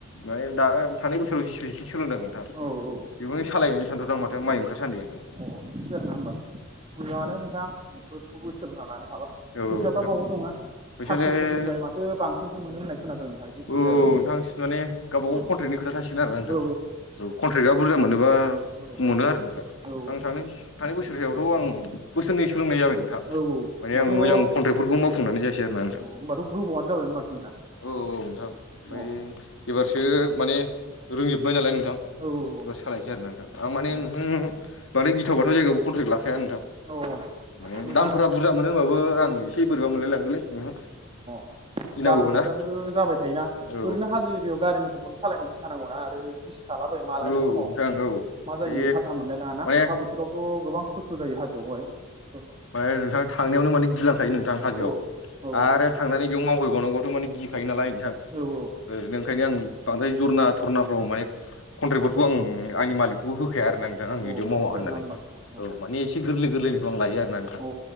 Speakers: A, on the left (about 65°); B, on the right (about 25°).
A: माने दा थां बोसोराव जि सिपि एसे सोलोंदों नोंथां। ओ
B: औ औ
A: बेखौनो सालायहैनो सानथ'दां आं माथो माइ ओंखारसानदि
B: अ बिदिसो आरो ना होनबा मोजाङानो नोंथां बेफोरखौबो सोलोंना लानो हाबा
A: औ औ
B: फैसाफ्रा
A: नोंथां
B: बावबो दंना
A: फैसा
B: साख्रिफोरनिफ्राय
A: लायाखैनो
B: माथो बांसिनसो मोनो होननाय खोनादों नोंथां जेसिपि
A: औ
B: द्राइभारफोरखौहाय
A: नोंथां सि माने गावबा
B: औ
A: गाव कन्ट्रेटनि खोथा थासिगोन आरो नोंथां
B: औ
A: कन्ट्रेक्टआ बुरजा मोनोबा
B: औ
A: मोनो आरो नोंथां
B: औ
A: आं थांनाय थांनाय बोसोरसेयावथ' आं बोसोरनै सोलोंनाय जाबाय
B: औ औ
A: ओमफ्राय
B: होमबाथ'
A: आं मोजां
B: अ
A: कन्ट्रेटफोरखौ मावफुंनानै जायासै आरो ना नोंथां
B: होमबाथ' गोबावानो जाबायमोन माथो नोंथां
A: औ औ नोंथां ओमफ्राय
B: अ औ
A: एबारसो माने रोंजोब्बाय नालाय नोंथां
B: औ औ औ
A: सालायनोसै आरो नोंथां आं माने
B: अ
A: नोंथां माने गिथाव बाथाव जायगायावबो कन्ट्रेक्ट लाखाया नोंथां
B: औ औ
A: माने
B: मोजां
A: दामफोरा बुरजा मोनो होनबाबो आं एसे बोरैबा मोनलायलाङोलै नोंथां
B: जाब्रथायाबो
A: गिनांगौबो ना
B: जाबाय थायोना
A: औ
B: ओरैनो हाजो एरियायाव गारि मथरफोरखौ सालायनो गिखानांगौना आरो बि थालाबायायो मालानि
A: नोंथां
B: समाव
A: औ
B: मा
A: बे
B: जायो फाथथा मोनलाय लाङाना
A: माने
B: अखा बोथोरावथ' गोबां खस्थ' जायो हाजोआवहाय औ
A: ओमफ्राय नोंथां थांनायावनो माने गिलांखायो नोंथां हाजोआव
B: औ औ
A: आरो थांनानै बेयाव मावहैबावनांगौआथ' माने गिखायो नालाय नोंथां
B: औ औ
A: ओरैनो ओंखायनो आं बांद्राय जरना धरनाफ्राव माने कन्ट्रेक्टफोरखौ आं आंनि मालिक बेबो होखाया आरो ना नोंथां आं
B: अ
A: बिदियाव
B: बिदिसो
A: मावा होननानै
B: आरोना होमबा नोंथां
A: औ माने एसे गोरलै गोरलैनिखौ आं लायो आरो ना नोंथां
B: अ